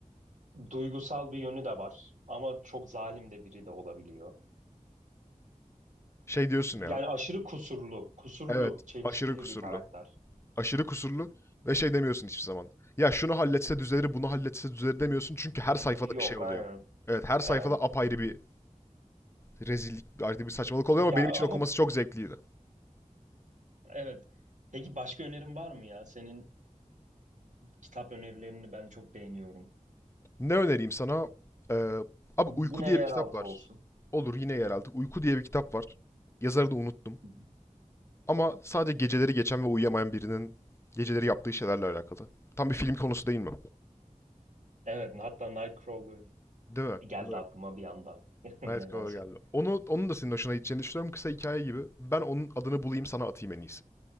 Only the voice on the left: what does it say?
Şey diyorsun
ya.
Evet.
Aşırı kusurlu.
Aşırı kusurlu ve şey demiyorsun hiçbir zaman. Ya şunu halletse düzelir, bunu halletse düzelir demiyorsun çünkü her sayfada
bir şey oluyor.
Evet, her sayfada
apayrı bir rezillik, ayrı bir saçmalık oluyor
ama benim
için okuması çok zevkliydi.
Ne önereyim sana? Ee, abi Uyku
diye
bir kitap var.
Olur yine yerelde. Uyku diye bir kitap var. Yazarı da unuttum.
Ama sadece geceleri geçen ve uyuyamayan birinin geceleri yaptığı şeylerle alakalı. Tam bir film konusu değil mi?
Değil mi?
Değil mi?
Nightcrawler geldi. Onu, onun da senin hoşuna gideceğini düşünüyorum. Kısa hikaye gibi. Ben onun adını bulayım sana atayım en iyisi.